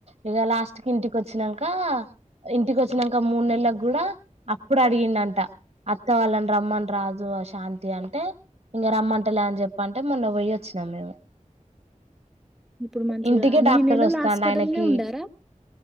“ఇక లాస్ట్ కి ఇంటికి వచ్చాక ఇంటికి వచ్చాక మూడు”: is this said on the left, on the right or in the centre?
Right